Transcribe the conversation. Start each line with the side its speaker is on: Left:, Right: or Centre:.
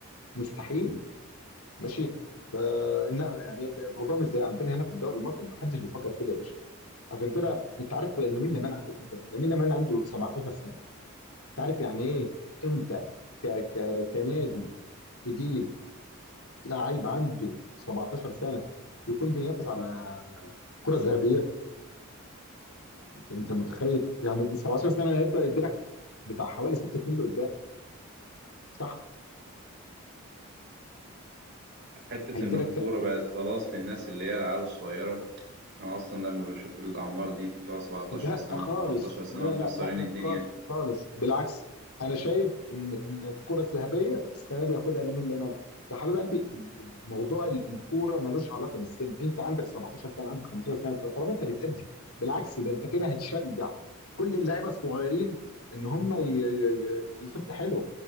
Left: مستحيل ماشي ف إنها- يعني الموضوع مش زي عندنا هنا في الدوري المصري ما حدش بيفكر كده يا باشا عشان كده انت عارف لامين يامال عنده كام سنه؟ لامين يامال عنده 17 سنه انت عارف يعني ايه انت ك ك كنادي تجيب لعيب عنده 17 سنه يكون بينافس على كره ذهبيه انت انت متخيل يعني ال 17 سنه هيبدا يدي لك بتاع حوالي ست سنين لقدام صح
Right: حته
Left: هيدي
Right: ان الكوره
Left: لك
Right: بقت خلاص للناس اللي هي العيال الصغيره انا اصلا لما بشوف الاعمار دي اللي هو 17
Left: لا
Right: سنه
Left: خالص
Right: و18 سنه
Left: لا
Right: مكسرين
Left: لا لا لا
Right: الدنيا
Left: خالص خالص بالعكس انا شايف ان ان الكره الذهبيه السنه دي ياخدها لامين يامال يا حبيب قلبي ال- الموضوع ال- الكوره ملوش علاقه بالسن انت عندك 17 سنه عندك 15 سنه طالما انت بتأدي بالعكس ده انت كده هتشجع كل اللعيبه الصغيرين ان هم ي- ي- يشد حيلهم